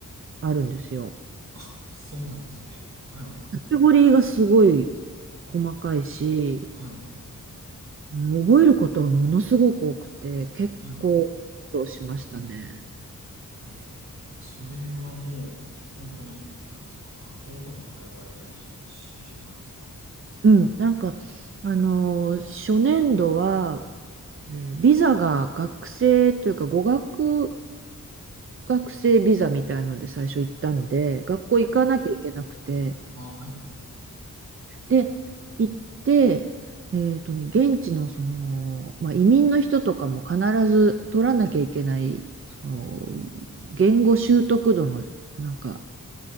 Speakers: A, on the right; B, on the right.
A: あるんですよ。
B: あ、そうなんですね。はい。
A: カテゴリーがすごい細かいし、
B: はい。
A: うん覚えることがものすごく多くて、結構苦労しましたね。
B: はい。ええ、それはもう、本当に、何ですか学校とか通われたりしたんですか
A: うん、なんか、あのー初年度は、えービザが学生というか語学学生ビザみたいので最初行ったんで、学校行かなきゃいけなくて、
B: あはい、
A: で、行って、えっとね、現地のその、まあ、移民の人とかも必ず取らなきゃいけない、その、言語習得度の、なんか、